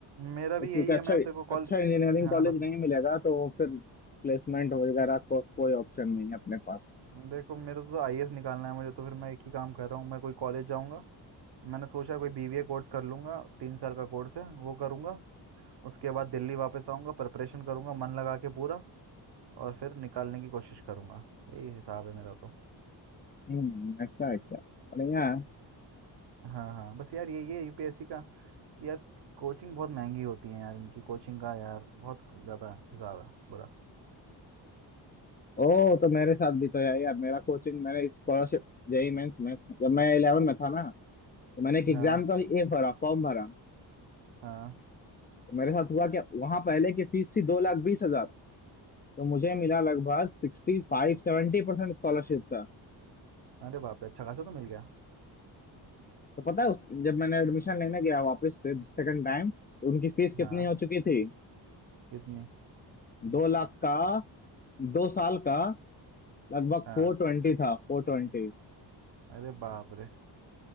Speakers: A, on the right (about 60°); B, on the left (about 20°).
A: मेरा भी
B: क्योंकि
A: यही है
B: अच्छा
A: मैं तेरे को कॉल
B: अच्छा इंजीनियरिंग
A: हाँ
B: कॉलेज
A: बत
B: नहीं मिलेगा तो फिर प्लेसमेंट वगैरह को कोई ऑप्शन नहीं है अपने पास
A: देखो मेरे को तो आईएएस निकालना है मुझे तो फिर मैं एक ही काम कर रहा हूँ मैं कोई कॉलेज जाऊँगा मैंने सोचा कोई बीबीए कोर्स कर लूँगा तीन साल का कोर्स है वो करूँगा उसके बाद दिल्ली वापस आऊँगा प्रिपरेशन करूँगा मन लगा के पूरा और फिर निकालने की कोशिश करूँगा यही हिसाब है मेरा तो
B: हम्म ऐसा है क्या बढ़िया है।
A: हाँ हाँ बस यार यही है यूपीएससी का कि यार कोचिंग बहुत महंगी होती है यार इनकी कोचिंग का यार बहुत ज़्यादा हिसाब है बुरा
B: ओ तो मेरे साथ भी तो यार यार मेरा कोचिंग मैंने एक स्कॉलरशिप जेई मेंस में जब मैं इलेवन में था ना तो मैंने एक एग्जाम
A: हाँ
B: का ये भरा फॉर्म भरा
A: हाँ
B: तो मेरे साथ हुआ क्या वहां पहले की फीस थी दो लाख बीस हजार तो मुझे मिला लगभग sixty five seventy percent scholarship था
A: अरे बाप रे अच्छा खासा तो मिल गया
B: तो पता है उस जब मैंने एडमिशन लेने गया वापस से सेकंड टाइम उनकी फीस कितनी
A: हाँ
B: हो चुकी थी
A: कितनी
B: दो लाख का दो साल का लगभग
A: हाँ
B: फोर ट्वेंटी था फोर ट्वेंटी
A: अरे बाप रे